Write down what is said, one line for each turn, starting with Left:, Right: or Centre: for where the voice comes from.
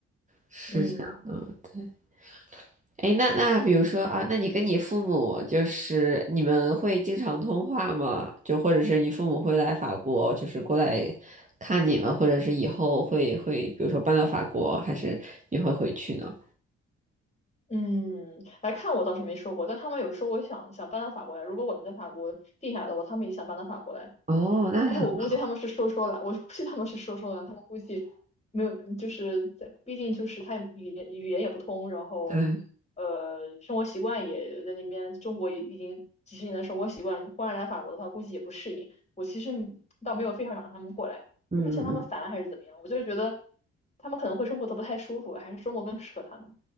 Right: 是这样的。
Left: 嗯，
Right: 对，哎，那那比如说啊，那你跟你父母就是你们会经常通话吗？就或者是你父母会来法国，就是过来看你们，或者是以后会会，比如说搬到法国，还是你会回去呢？
Left: 嗯，来看我倒是没说过，但他们有说我想想搬到法国来，如果我能在法国定下来的话，他们也想搬到法国来。
Right: 哦，那很好，
Left: 但是我估计他们是说说的，我估计他们是说说的，他们估计没有，就是在，毕竟就是他语言语言也不通，然后
Right: 对，
Left: 呃，生活习惯也在那边，中国也已经几十年的生活习惯，忽然来法国的话，估计也不适应。我其实倒没有非常想让他们过来，
Right: 嗯嗯，
Left: 不是嫌他们烦还是怎么样，我就是觉得他们可能会生活的不太舒服，还是中国更适合他们。